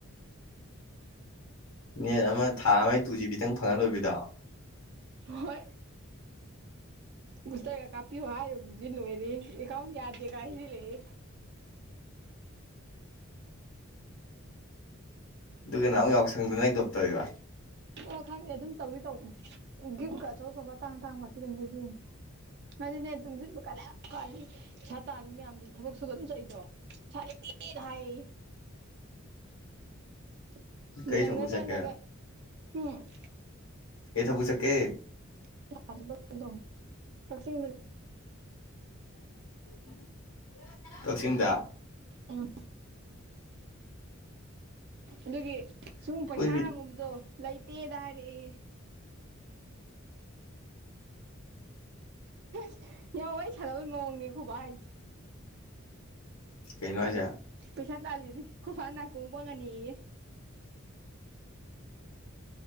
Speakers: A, on the left; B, on the right.
A: ꯅꯦꯠ ꯑꯃ ꯊꯥ ꯑꯃꯒꯤ ꯇꯨ ꯖꯤ ꯕꯤꯗꯪ ꯐꯪꯉ ꯂꯣꯏꯕꯤꯗꯣ
B: ꯍꯣꯏ ꯕꯨꯁꯇꯔꯒ ꯀꯥꯄꯤꯌꯨ ꯍꯥꯏꯔꯨꯕꯗꯨꯗꯤ ꯂꯣꯏꯔꯦ ꯑꯦꯀꯥꯎꯟ ꯌꯥꯗꯦꯒ ꯍꯥꯏꯖꯤꯜꯂꯩ
A: ꯑꯗꯨꯒ ꯅꯃꯨꯛ ꯌꯥꯎꯁꯪꯗꯅ ꯒꯞ ꯇꯧꯔꯤꯕ
B: ꯑꯣ ꯈꯪꯉꯦ ꯑꯗꯨꯝ ꯇꯧꯋꯤ ꯇꯧꯕꯅꯦ ꯒꯤꯝꯀ ꯑꯆꯧ ꯑꯆꯧꯄ ꯇꯥꯡ ꯇꯥꯡ ꯋꯥꯇꯤ ꯑꯗꯨꯝ ꯂꯩꯕꯤꯌꯨ ꯉꯗꯤꯅꯦ ꯇꯨꯡꯁꯤꯟꯕ ꯀꯥꯂꯦꯜꯂꯤ ꯇꯥꯜꯂꯤ ꯃꯌꯥꯝꯗꯨ ꯊꯕꯛ ꯁꯨꯕ ꯑꯗꯨꯝ ꯆꯠꯏꯗꯣ ꯄꯩꯁꯥ ꯂꯦꯇꯦꯗ ꯍꯥꯏ <unintelligible>
A: ꯀꯩ ꯊꯕꯛ ꯆꯠꯀꯦ
B: ꯎꯝ
A: ꯀꯩ ꯊꯕꯛ ꯆꯠꯀꯦ
B: <unintelligible>
A: <unintelligible> ꯀꯛꯆꯤꯡꯗ
B: ꯑꯥ ꯑꯗꯨꯒꯤ ꯁꯨꯝ
A: ꯑꯩꯈꯣꯏꯗꯤ
B: ꯄꯩꯁꯥ ꯍꯥꯡꯉꯨꯕꯗꯣ ꯂꯩꯇꯦ ꯇꯔꯑꯦ ꯁ ꯌꯥꯝ ꯋꯥ ꯁꯥꯟꯅꯕꯒꯤ ꯃꯑꯣꯡꯅꯦ ꯈꯨꯣꯕ ꯍꯥꯏꯁꯦ
A: ꯀꯩꯅꯅꯨꯡꯁꯤ
B: ꯄꯩꯁꯥ ꯇꯥꯜꯂꯤꯅꯦ ꯈꯐ ꯅꯥꯀꯣꯡꯕꯪꯒꯅꯤꯌꯦ